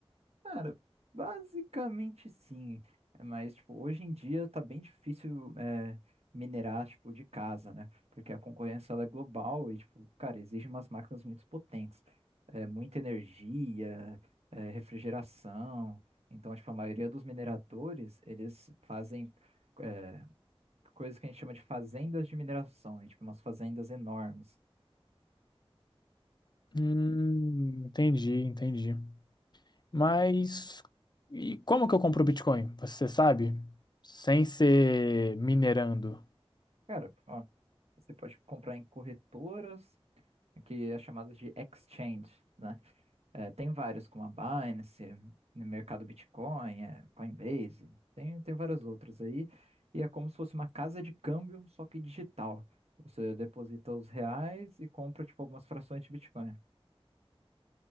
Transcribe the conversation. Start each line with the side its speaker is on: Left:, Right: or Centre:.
Right: Cara, basicamente sim. É, Mas, tipo, hoje em dia tá bem difícil é, minerar, tipo, de casa, né? Porque a concorrência, ela é global e, tipo, cara, exige umas máquinas muito potentes. É, muita energia, é, refrigeração. Então, tipo, a maioria dos mineradores, eles fazem é, coisas que a gente chama de fazendas de mineração. É, tipo, umas fazendas enormes.
Left: Hum, entendi, entendi. Mas e como que eu compro Bitcoin? Você sabe? Sem ser minerando.
Right: Cara, ó, você pode comprar em corretoras, que é chamada de exchange, né? É, tem vários, como a Binance, no mercado Bitcoin, é, Coinbase, tem, tem várias outras aí. E é como se fosse uma casa de câmbio, só que digital. Você deposita os reais e compra, tipo, algumas frações de Bitcoin.